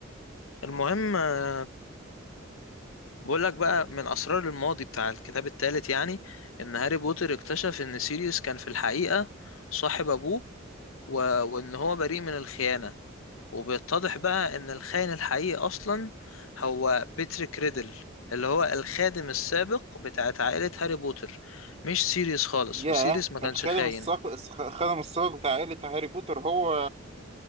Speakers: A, on the left; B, on the right.
A: المهم آه، بقول لك بقى من اسرار الماضي بتاع الكتاب الثالث يعني ان هاري بوتر اكتشف ان سيريس كان في الحقيقة صاحب ابوه و... وان هو بريء من الخيانة وبيتضح بقى ان الخاين الحقيقي اصلا هو بيتريك ريدل اللي هو الخادم السابق بتاعت عائلة هاري بوتر مش سيريوس خالص
B: ياه
A: وسيريوس ما كانش
B: الخادم
A: خاين
B: الصاق الخ- الخادم الصاق بتاع عائله هاري بوتر هو